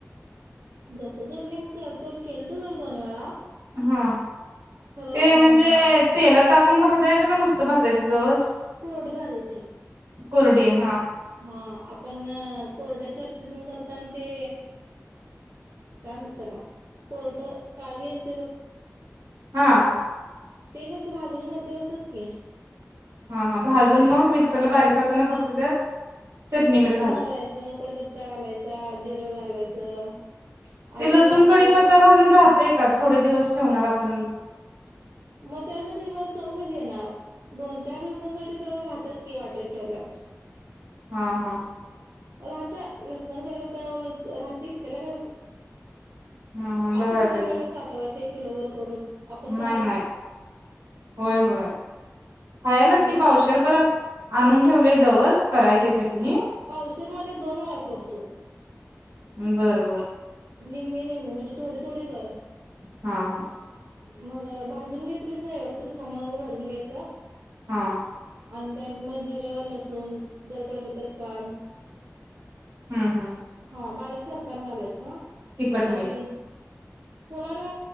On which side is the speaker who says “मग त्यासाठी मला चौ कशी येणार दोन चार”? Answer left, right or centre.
Right